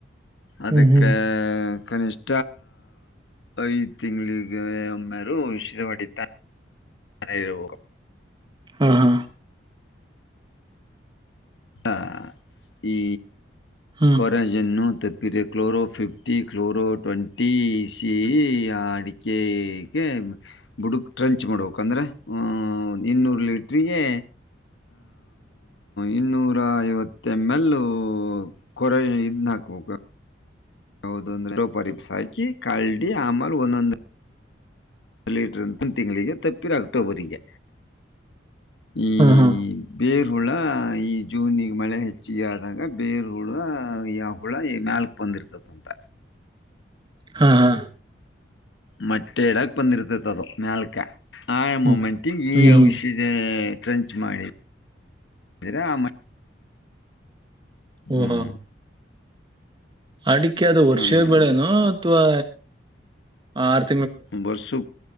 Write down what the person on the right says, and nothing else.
ಹ್ಮ್ ಹ್ಮ್ ಹ್ಮ್
ಹಾ ಹಾ
ಹ್ಮ್
ಹಾ ಹಾ
ಹಾ ಹಾ
ಹ್ಮ್
ಹ್ಮ್ ಹ್ಮ್
ಹ್ಮ
ಹಾ ಅಡಿಕೆ ಅದು ವರ್ಷ
ಬೆಳೆನೋ ತ್ವಾ ಆರ್